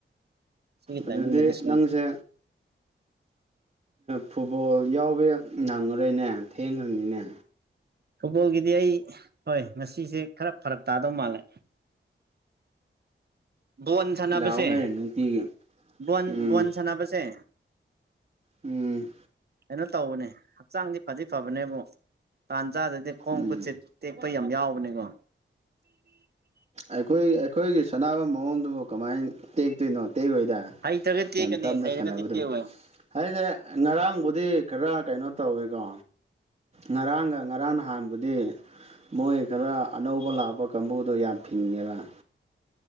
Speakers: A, on the right; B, on the right.
A: ꯁꯤꯒꯤ
B: ꯑꯗꯨꯗꯤ
A: ꯇꯥꯏꯃꯤꯡꯗꯗꯤ ꯁꯣꯏꯗꯦ
B: ꯅꯪꯁꯦ ꯐꯨꯠꯕꯣꯜ ꯌꯥꯎꯕ ꯅꯪꯉꯔꯣꯏꯅꯦ ꯊꯦꯡꯈ꯭ꯔꯅꯤꯅꯦ
A: ꯐꯨꯠꯕꯣꯜꯒꯤꯗꯤ ꯑꯩ ꯍꯣꯏ ꯉꯁꯤꯁꯦ ꯈꯔ ꯐꯔꯛ ꯇꯥꯗꯧ ꯃꯥꯜꯂꯦ ꯕꯣꯟ ꯁꯥꯟꯅꯕꯁꯦ
B: ꯂꯥꯛꯑꯣꯍꯦ ꯅꯨꯡꯇꯤꯒꯤ
A: ꯣꯟ
B: ꯎꯝ
A: ꯕꯣꯟ ꯁꯥꯟꯅꯕꯁꯦ
B: ꯎꯝ
A: ꯀꯩꯅꯣ ꯇꯧꯕꯅꯦ ꯍꯛꯆꯥꯡꯗꯤ ꯐꯗꯤ ꯐꯕꯅꯦꯕꯨ ꯆꯥꯗꯗꯤ ꯈꯣꯡ
B: ꯎꯝ
A: ꯈꯨꯠꯁꯦ ꯇꯦꯛꯄ ꯌꯥꯝ ꯌꯥꯎꯕꯅꯦꯀꯣ
B: ꯑꯩꯈꯣꯏ ꯑꯩꯈꯣꯏꯒꯤ ꯁꯥꯟꯅꯕ ꯃꯑꯣꯡꯗꯨꯕꯨ ꯀꯃꯥꯏꯅ ꯇꯦꯛꯇꯣꯏꯅꯣ ꯑꯇꯩꯈꯣꯏꯗ
A: ꯍꯩꯇ꯭ꯔꯒ ꯇꯦꯛꯀꯅꯤ
B: ꯌꯥꯝ ꯇꯞꯅ
A: ꯍꯩꯔꯒꯗꯤ
B: ꯁꯥꯟꯅꯕꯗꯨꯝ
A: ꯇꯦꯛꯑꯣꯏ
B: ꯍꯥꯏꯗꯤꯦ ꯉꯔꯥꯡꯕꯨꯗꯤ ꯈꯔ ꯀꯩꯅꯣ ꯇꯧꯋꯦꯀꯣ ꯉꯔꯥꯡꯒ ꯉꯔꯥꯡ ꯅꯍꯥꯟꯕꯗꯤ ꯃꯣꯏ ꯈꯔ ꯑꯅꯧꯕ ꯂꯥꯛꯄ ꯀꯥꯡꯕꯨꯗꯣ ꯌꯥꯝ ꯊꯤꯡꯉꯕ